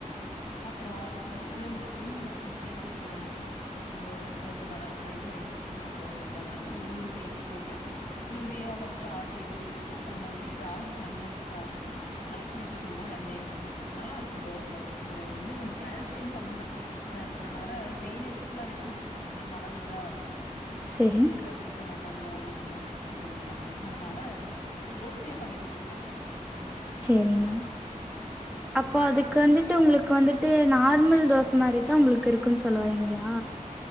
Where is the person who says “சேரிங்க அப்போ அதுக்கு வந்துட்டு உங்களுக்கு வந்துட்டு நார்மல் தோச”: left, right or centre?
Centre